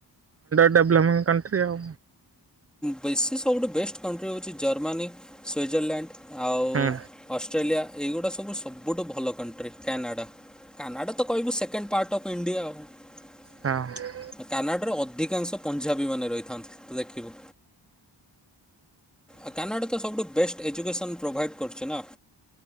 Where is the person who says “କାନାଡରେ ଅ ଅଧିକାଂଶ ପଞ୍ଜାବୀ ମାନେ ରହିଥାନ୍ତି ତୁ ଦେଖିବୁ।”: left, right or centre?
Centre